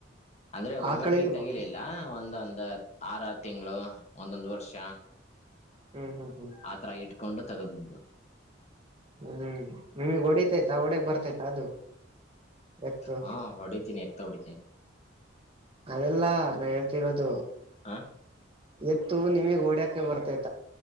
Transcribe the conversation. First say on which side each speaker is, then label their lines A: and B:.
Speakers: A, on the left; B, on the right.
A: ಅಂದ್ರೆ ಒಮ್ಮೆಟ್ಲಿಗ್
B: ಆಕಳಿಲ್ವಾ
A: ತಗಿಲಿಲ್ಲ ಒಂದ ಒಂದ ಆರ ಆರು ತಿಂಗಳು ಒಂದೊಂದು ವರ್ಷ
B: ಹ್ಮ್ ಹ್ಮ್ ಹ್ಮ್
A: ಆತರ ಇಟ್ಕೊಂಡು ತಗದಿದ್ದು
B: ಹ್ಮ್ ನಿಮಗ್ ಹೊಡಿತೈತ ಒಡೆಗ್ ಬರ್ತೈತ ಅದು ಎತ್ತು
A: ಹಾ ಹೊಡಿತೀನಿ ಎತ್ತ ಹೊಡಿತೀನಿ
B: ಅದೆಲ್ಲಾ ನಾ ಹೇಳ್ತಿರೋದು
A: ಹ
B: ಎತ್ತು ನಿಮಗ್ ಓಡ್ಯಾಕ ಬರ್ತತಿ